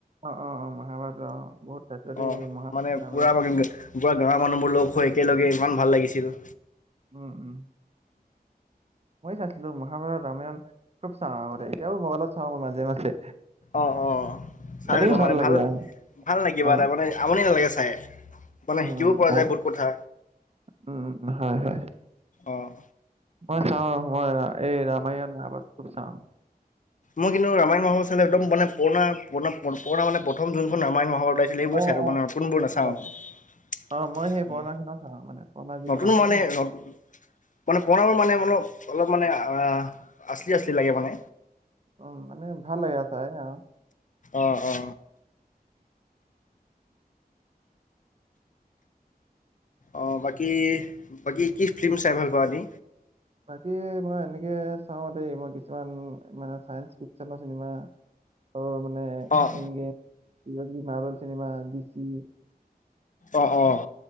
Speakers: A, on the right; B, on the left.
A: অ' অ' অ' মহাভাৰত অ' বহুত চাইছিলোঁ দেই
B: অ'
A: মহাভাৰত
B: মানে
A: ৰামায়ণ।
B: পুৰা পুৰা গাঁৱৰ মানুহবোৰ লগ হৈ একেলগে ইমান ভাল লাগিছিল।
A: উম উম মই চাইছিলো মহাভাৰত ৰামায়ণ খুব চাওঁ আগতে এতিয়াও মোবাইলত চাওঁ মই মাজে মাজে
B: অ অ চাই
A: এনেই
B: থাকো মানে
A: লাগে
B: ভাল
A: আৰু
B: ভাল লাগিব
A: অ',
B: তাৰমানে আমনি নালাগে মানে
A: উম,
B: শিকিব
A: উম,
B: পৰা
A: অ,
B: যায় বহুত কথা
A: উম, উম, উম, হয়, হয়।
B: অঁ
A: মই চাওঁ মই এই ৰামায়ণুৰ চাওঁ
B: মই কিন্তু ৰামায়ণ মাহৰ চালে একদম মানে পুৰণা পুৰা পুৰণা মানে প্ৰথম যোনখন ৰামায়ণ মাহৰ ওলাইছিল এইবোৰ
A: অ',
B: আছে আৰু
A: অ',
B: মান কোনবোৰ নাচাওঁ
A: অ', অ', মই সেই পুৰণাখিনি
B: অ
A: চাওঁ মানে পুৰণা যিখন
B: নতুন
A: আছিলে
B: মানে
A: ন
B: নত মানে পণাল মানে মলপ অলপ মানে আচলি আচলি লাগে মানে
A: উ মানে ভাল লে তাই অ
B: আহ অ অ বাকী বাকী কি ফিল্ম চাই ভাল পা আনি।
A: বাকী মই এনেকে চাওঁ দেই মই কিছুমান মানে চাইন্স ফিকচনৰ চিনেমা আৰু মানে
B: অঁ
A: এনগে মাৰ্বেল চিনেমা দি চি
B: অ অ